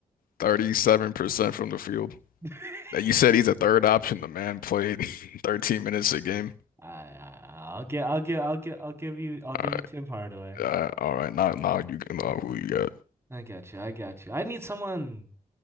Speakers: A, on the left (about 80°); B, on the right (about 15°).
A: 37% from the field.
B: <laughs> I,
A: Now, You said he's a third option. The man played <laughs> 13 minutes a game.
B: I I'll get I'll get I'll get I'll give you I'll give
A: All
B: you Tim Hardaway.
A: right, uh, all right. Now, now you can know who you got.
B: I got you. I got you. I need someone,